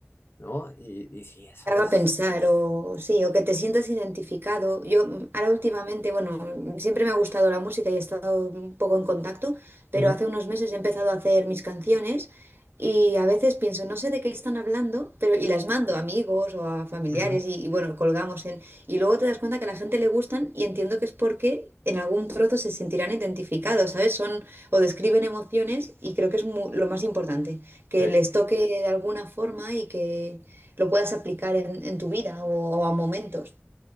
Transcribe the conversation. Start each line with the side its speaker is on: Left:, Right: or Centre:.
Left: ¿no? Y, y sí, eso
Right: te haga
Left: es...
Right: pensar o sí, o que te sientas identificado. Yo mm, ahora últimamente, bueno, mm, siempre me ha gustado la música y he estado un poco en contacto, pero
Left: ujú,
Right: hace unos meses he empezado a hacer mis canciones y a veces pienso, no sé de qué están hablando, pero y las mando a amigos o a familiares
Left: ujú,
Right: y, y, bueno, colgamos en y luego te das cuenta que a la gente le gustan y entiendo que es porque en algún trozo se sentirán identificados, ¿sabes? Son o describen emociones y creo que es mu- lo más importante, que
Left: sí.
Right: les toque de alguna forma y que lo puedas aplicar en, en tu vida o, o a momentos.